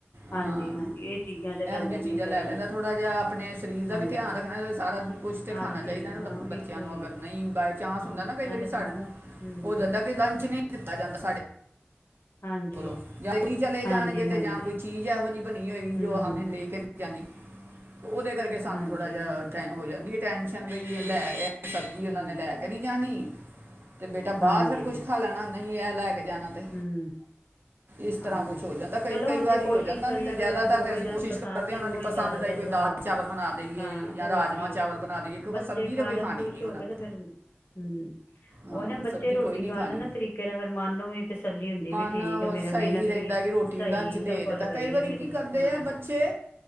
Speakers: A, on the left; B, on the right.
A: ਹਾਂਜੀ
B: ਹਾਂ,
A: ਹਾਂਜੀ ਇਹ ਚੀਜ਼ਾਂ ਤੇ ਲੈ
B: ਇਹੋ
A: ਲੈਣੀਆਂ
B: ਜਿਹੀਆਂ
A: ਚਾਹੀਦੀਆਂ
B: ਲੈ ਲੈਦਾ ਥੋੜ੍ਹਾ ਆਪਣੇ ਸਰੀਰ ਦਾ
A: ਹਾਂਜੀ
B: ਵੀ ਧਿਆਨ ਰੱਖਣਾ ਸਾਰਾ ਦਿ ਕੁਛ ਤਾਂ
A: ਹਾਂਜੀ
B: ਖਾਣਾ ਚਾਹੀਦਾ
A: ਹਾਂ
B: ਨਾ ਬੰ ਬੱ-
A: ਬਿਲਕੁਲ
B: ਬੱਚਿਆਂ ਨੂੰ ਅਗਰ ਨਹੀ ਬਾਏ ਚਾਂਸ
A: ਹਾਂ
B: ਹੁੰਦਾ ਨਾ ਕਈ
A: ਨਾਲੇ
B: ਵਾਰੀ
A: ਹਾਂ
B: ਸਾਨੂੰ
A: ਹੂੰ
B: ਹੋ ਜਾਂਦਾ ਕਿ ਲੰਚ ਨਹੀਂ ਦਿੱਤਾ ਜਾਂਦਾ ਸਾਡੇ
A: ਹਾਂਜੀ
B: ਲੋਰੀ ਚਲੇ ਜਾਣਗੇ
A: ਹਾਂਜੀ
B: ਤੇ
A: ਹਾਂਜੀ
B: ਜਾਂ ਕੋਈ ਚੀਜ਼ ਇਹੋ ਜਿਹੀ ਬਣੀ ਹੋਏਗੀ
A: ਹੂੰ
B: ਜੋ ਹੁਣੇ ਲੇ ਕੇ ਜਾਣੀ ਉਹਦੇ ਕਰਕੇ ਕਿ ਸਾਨੂੰ
A: ਹਾਂਜੀ
B: ਥੋੜਾ ਜਿਹਾ
A: ਹਾਂਜੀ
B: ਟ ਹੋ ਜਾਂਦੀ ਟੈਨਸ਼ਨ ਬਈ ਇਹ
A: ਹਾਂ
B: ਲੈ ਸਬਜ਼ੀ
A: ਹੂੰ
B: ਉਹਨਾਂ ਨੇ ਲੈ ਕੇ ਨ ਜਾਣੀ ਤੇ ਬੇਟਾ
A: ਹਾਂਜੀ
B: ਬਾਹਰ ਫਿਰ ਕੁੱਛ ਖਾ ਲੈਣਾ ਨਹੀਂ ਇਹ ਲੈ ਕੇ ਜਾਣਾ ਤੇ।
A: ਹਮ।
B: ਇਸ
A: ਹਾਂ,
B: ਤਰ੍ਹਾਂ ਕੁਝ ਹੋ ਜਾਂਦਾ ਕਈ
A: ਚਲੋ
B: ਕਈ
A: ਹੁਣ
B: ਵਾਰੀ
A: ਜੇ ਕੋਸ਼ਿਸ਼
B: ਹੋ ਜਾਂਦਾ
A: ਕਰਿਆ
B: ਨਹੀਂ ਤਾਂ ਜ਼ਿਆਦਾਤਰ
A: ਕਰੋ ਕਿ ਜੋ
B: ਤੇ ਅਸੀਂ
A: ਇਹਨਾਂ
B: ਕੋਸ਼ਿਸ਼
A: ਨੂੰ ਪਸੰਦ
B: ਕਰਦੇ
A: ਹੈ
B: ਹਾਂ ਉਹਨਾਂ
A: ਉਹੀ
B: ਦੀ ਪਸੰਦ
A: ਜ਼ਿਆਦਾਤਰ
B: ਦਾ ਹੀ ਕੋਈ
A: ਬਣਾਓ।
B: ਦਾਲ ਚਾਵਲ ਬਣਾ ਦਈਏ
A: ਹਾਂ
B: ਜਾਂ
A: ਹੋਰ
B: ਰਾਜਮਾਂਹ
A: ਕੀ
B: ਚਾਵਲ ਬਣਾ ਦਈਏ ਕਿਉਂਕਿ
A: ਬੱਚੇ
B: ਸਬਜ਼ੀ
A: ਖਾ
B: ਤਾਂ ਕੋਈ
A: ਲੈਣ
B: ਖਾਣੀ
A: ਖੁਸ਼
B: ਨਹੀਂ
A: ਹੋ
B: ਉਹਨਾਂ
A: ਕੇ
B: ਨੇ।
A: ਤੇ ਫਿਰ ਹਮ। ਉਹ
B: ਹਾਂ
A: ਨਾਂ ਬੱਚੇ
B: ਸਬਜ਼ੀ
A: ਰੋਟੀ
B: ਕੋਈ ਨਹੀਂ
A: ਖਾ
B: ਖਾਣੀ
A: ਲੈਣ ਨਾ ਤਰੀਕੇ ਨਾਲ ਫਿਰ ਮਨ ਨੂੰ ਵੀ ਤਸੱਲੀ ਹੁੰਦੀ ਵੀ
B: ਨਾਂ
A: ਠੀਕ ਹੈ
B: ਉਹ
A: ਮੇਰਾ
B: ਸਹੀ
A: ਮਿਹਨਤ
B: ਰਹਿੰਦਾ
A: ਵੀ
B: ਕਿ ਰੋਟੀ
A: ਸਹੀ
B: ਲੰਚ ਦੇ
A: ਸਫਲ
B: ਦੇ ਤਾਂ ਕਈ
A: ਗਈ
B: ਵਾਰੀ
A: ਹੈ ਮੇਰੀ
B: ਕੀ ਕਰਦੇ
A: ਹਾਂ
B: ਆ ਬੱਚੇ